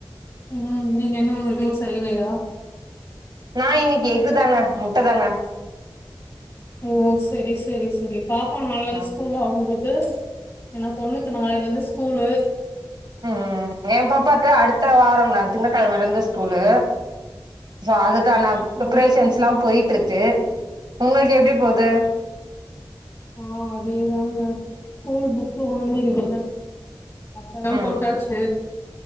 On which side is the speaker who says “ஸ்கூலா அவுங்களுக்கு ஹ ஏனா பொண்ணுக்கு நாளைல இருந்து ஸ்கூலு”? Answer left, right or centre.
Left